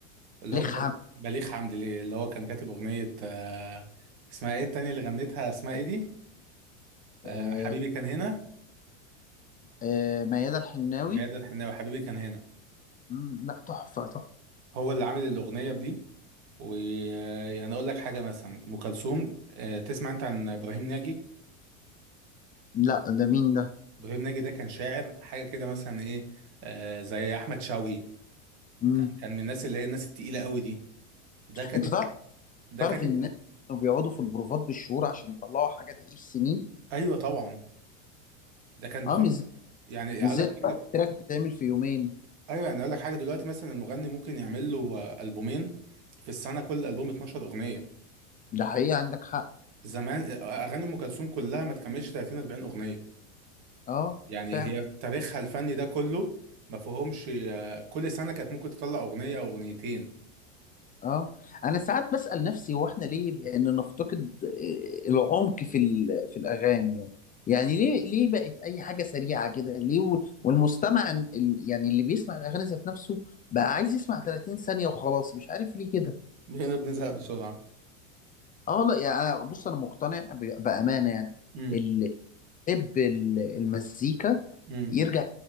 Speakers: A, on the right; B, on the left.
A: اللي هو كان
B: حمد
A: بليغ حمدي ليه؟ اللي هو كان كاتب اغنية آه، اسمها ايه التانية اللي غنتها اسمها ايه دي آه،
B: آه،
A: حبيبي كان هنا
B: آه، ميادة الحناوي
A: ميادة الحناوي حبيبي كان هنا
B: مم، لا تحفة تحفة
A: هو اللي عامل الاغنية بدي ويعني اقول لك حاجة مثلا ام كلثوم آه، تسمع انت عن ابراهيم ناجي
B: لا ده مين ده
A: ابراهيم ناجي ده كان شاعر حاجة كده مثلا ايه آه، زي احمد شوقي
B: مم.
A: كان كان من الناس اللي هي الناس التقيلة قوي دي ده كاتب
B: انت تعرف
A: ده
B: تعرف
A: كاتب
B: ان الناس كانوا بيقعدوا في البروفات بالشهور عشان يطلعوا حاجة تعيش سنين
A: ايوه طبعا ده كان بتوع
B: اه مش زي
A: يعني
B: مش
A: اقول
B: زي
A: لك حاجه
B: دلوقتي التراك بيتعمل في يومين
A: ايوه يعني اقول لك حاجه دلوقتي مثلا المغني ممكن يعمل له آه، البومين في السنه كل البوم 12 اغنيه
B: ده حقيقة عندك حق
A: زمان آه، اغاني ام كلثوم كلها ما تكملش 30 40 اغنيه
B: اه
A: يعني
B: فعلا
A: هي تاريخها الفني ده كله ما فيهمش آه، كل سنه كانت ممكن تطلع اغنيه او اغنيتين
B: اه انا ساعات بسأل نفسي هو احنا ليه بان نفتقد آه، العمق في ال- في الاغاني يعني يعني ليه ليه بقت اي حاجه سريعه كده ليه و- والمستمع ال- يعني اللي بيسمع الاغاني ذات نفسه بقى عايز يسمع 30 ثانيه وخلاص مش عارف ليه كده
A: هنا بنزهق بسرعه
B: اه والله يعني أنا- بص انا مقتنع ب- بامانه يعني
A: امم
B: اللي يحب ال- المزيكا
A: امم
B: يرجع